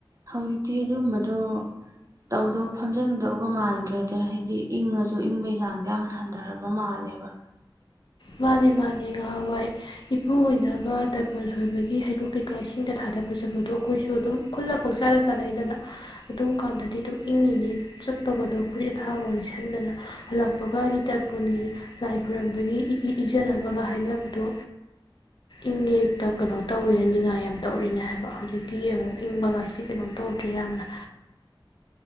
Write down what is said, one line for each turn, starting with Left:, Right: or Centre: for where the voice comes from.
Right: ꯍꯧꯖꯤꯛꯇꯤ ꯑꯗꯨꯝꯕꯗꯨ꯫ ꯇꯧꯗꯧ ꯐꯝꯖꯤꯟꯗꯧꯕ ꯃꯥꯟꯗ꯭ꯔꯦꯗ꯫ ꯍꯥꯏꯗꯤ ꯏꯪꯉꯁꯨ ꯏꯪꯕꯒꯤ ꯆꯥꯡꯁꯦ ꯌꯥꯝꯅ ꯍꯟꯊꯔꯕ ꯃꯥꯜꯂꯦꯕ꯫
Left: ꯃꯥꯅꯤ ꯃꯥꯅꯤ ꯅꯍꯥꯟꯋꯥꯏ ꯏꯄꯨ ꯑꯣꯏꯅꯒ ꯇꯥꯏꯄꯣꯟ ꯁꯣꯏꯕꯒꯤ ꯍꯩꯔꯨꯛ ꯀꯩꯀꯥ ꯏꯁꯤꯡꯗ ꯊꯥꯗꯕ ꯆꯠꯄꯗꯣ ꯑꯩꯈꯣꯏꯁꯨ ꯑꯗꯨꯝ ꯈꯨꯜꯂ ꯄꯥꯡꯆꯥꯗ ꯆꯥꯅꯩꯗꯅ ꯑꯗꯨꯝ ꯀꯥꯟꯗꯗꯤ ꯑꯗꯨꯝ ꯏꯪꯉꯤꯅꯦ ꯆꯠꯄꯒꯗꯣ ꯐꯨꯔꯤꯠ ꯑꯊꯥꯒꯗꯣ ꯂꯤꯠꯁꯤꯟꯗꯅ ꯍꯜꯂꯛꯄꯒ ꯍꯥꯏꯗꯤ ꯇꯔꯄꯣꯟꯒꯤ ꯂꯥꯏ ꯈꯣꯏꯔꯝꯕꯒꯤ ꯏ ꯏꯖꯅꯕꯒ <inaudible> ꯍꯥꯏꯅꯕꯗꯣ ꯏꯪꯌꯦꯅ ꯅꯤꯡ ꯀꯩꯅꯣ ꯇꯧꯔꯤꯅꯦ ꯅꯤꯡꯉꯥꯏ ꯌꯥꯝ ꯇꯧꯔꯤꯅꯦ ꯍꯥꯏꯕ ꯍꯧꯖꯤꯛꯇꯤ ꯌꯦꯡꯉꯣ ꯏꯪꯕꯒꯥꯏꯁꯦ ꯀꯩꯅꯣ ꯇꯧꯗ꯭ꯔꯦ ꯌꯥꯝꯅ